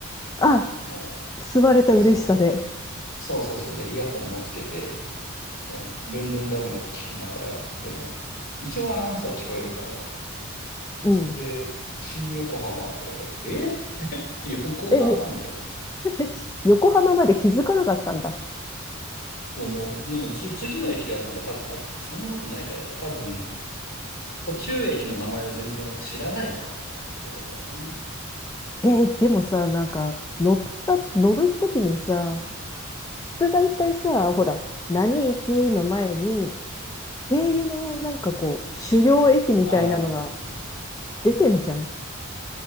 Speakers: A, on the left; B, on the left.
A: あ、
B: もう、
A: 吸われた嬉しさで。
B: そうそう、そうそうそうで、イヤホンもつけて、もう、ルンルンで音楽聴きながら、でも、一応アナウンサー聞こえるから、
A: うん。
B: で、新横浜とか言われて、え <laughs> 横浜みたいな。
A: え、ね、<laughs> 横浜まで気づかなかったんだ。
B: そう、もう、もうつ、次の駅がなんか多分、あ、つそんなことないから、だから多分、途中駅の名前を全然知らないからってことかな。う
A: えーでもさ、なんか、乗った、乗るときにさ、普通大体さ、ほら、何駅の前に、経由のなんかこう、
B: ん。
A: 主要駅みたいなのが
B: ああ、そうね。
A: 出てんじゃん。